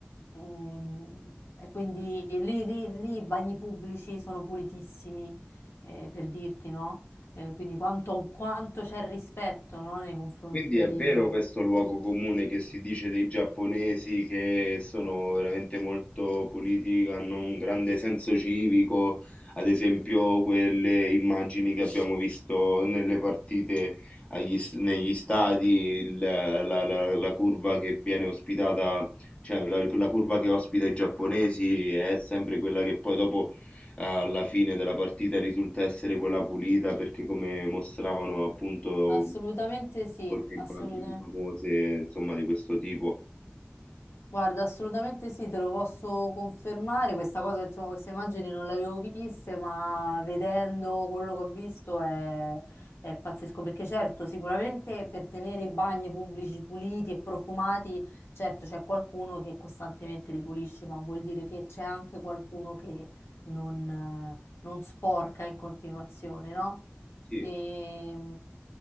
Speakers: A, on the left (about 80°); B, on the left (about 30°).
A: Ehm, E quindi lì, lì- lì i bagni pubblici sono pulitissimi, eh, per dirti, no? Eh, quindi quanto, quanto c'è rispetto, no, nei confronti
B: Quindi è
A: di...
B: vero questo luogo comune che si dice dei giapponesi che sono veramente molto puliti, hanno un grande senso civico, ad esempio quelle immagini che abbiamo visto nelle partite agli s- negli stadi, il- la, la- la curva che viene ospitata, cioè la, la curva che ospita i giapponesi è sempre quella che poi dopo alla fine della partita risulta essere quella pulita perché come mostravano appunto
A: Assolutamente sì,
B: Molte immagini
A: assolutamente.
B: famose, insomma, di questo tipo.
A: Guarda, assolutamente sì, te lo posso confermare. Questa cosa, insomma, queste immagini non le avevo viste, ma vedendo quello che ho visto è, è pazzesco. Perché certo, sicuramente per tenere i bagni pubblici puliti e profumati, certo c'è qualcuno che costantemente li pulisce, ma vuol dire che c'è anche qualcuno che non, eh, non sporca in continuazione, no?
B: Sì.
A: E,
B: Eh,